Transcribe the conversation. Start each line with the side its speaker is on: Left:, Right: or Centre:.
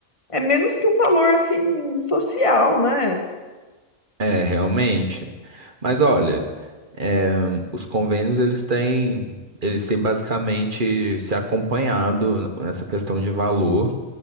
Left: é menos que um valor assim social, né?
Right: É, realmente. Mas olha, é, os convênios eles têm, eles têm basicamente se acompanhado nessa questão de valor.